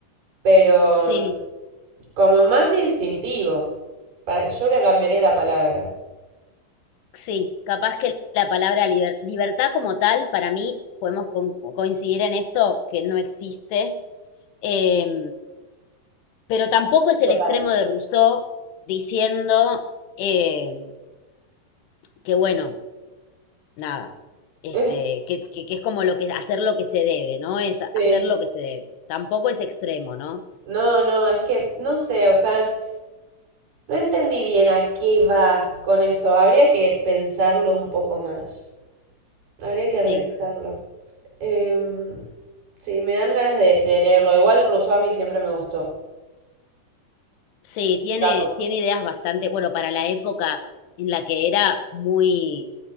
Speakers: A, on the right; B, on the left.
A: pero
B: sí,
A: mm, como más instintivo. Para, yo le cambiaría la palabra.
B: sí, capaz que la palabra liber- libertad como tal, para mí, podemos con- coincidir en esto, que no existe. em, pero tampoco es el
A: Total.
B: extremo de Rousseau diciendo eh, que, bueno, nada, este,
A: <laughs>
B: que, que, que es como lo que, hacer lo que se debe, ¿no? Es
A: Sí.
B: hacer lo que se debe. Tampoco es extremo, ¿no?
A: No, no, es que no sé, o sea, no entendí bien a qué va con eso. Habría que pensarlo un poco más. Habría que
B: Sí,
A: revisarlo. Em, sí, me dan ganas de, de leerlo. Igual Rousseau a mí siempre me gustó.
B: sí, tiene,
A: Capo.
B: tiene ideas bastante, bueno, para la época en la que era muy